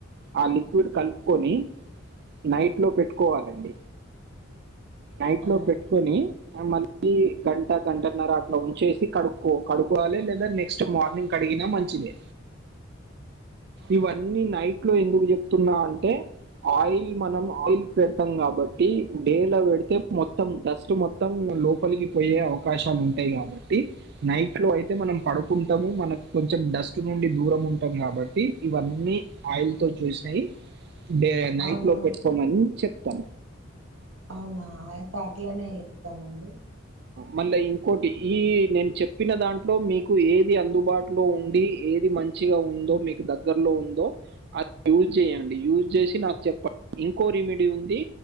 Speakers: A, on the right; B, on the right.
A: ఆ లిక్విడ్ కలుపుకొని నైట్ లో పెట్టుకోవాలండి నైట్
B: ఆ
A: లో పెట్టుకొని మళ్ళీ గంట గంటన్నర అట్లా ఉంచేసి కడుక్కో కడుక్కోవాలి లేద లేదా నెక్స్ట్ మార్నింగ్ కడిగినా మంచిదే
B: ఆ
A: ఇవన్నీ నైట్ లో ఎందుకు చెప్తున్నా అంటే ఆయిల్ మనం ఆయిల్ పెడతాం కాబట్టి డేలా పెడితే మొత్తం డస్ట్ మొత్తం లోపలికి పోయే అవకాశాలు ఉంటాయి కాబట్టి నైట్ లో అయితే మనం పడుకుంటము మనకు కొంచెం డస్ట్ నుండి దూరం ఉంటాం కాబట్టి ఇవన్నీ ఆయిల్ తో చేసి నయి డే నైట్
B: అవును
A: లో పెట్టుకోమని చెప్తం
B: అవునా అయితే అట్లనే చేస్తామండి
A: మళ్ల ఇంకోటి ఈ నేను చెప్పిన దాంట్లో మీ కు ఏది అందుబాటులో ఉండి ఏది మంచిగా ఉందో మీకు దగ్గరలో ఉందో అది యూజ్ చేయండి యూజ్ చేసి నాకు చెప్పండి ఇంకో రెమెడీ ఉంది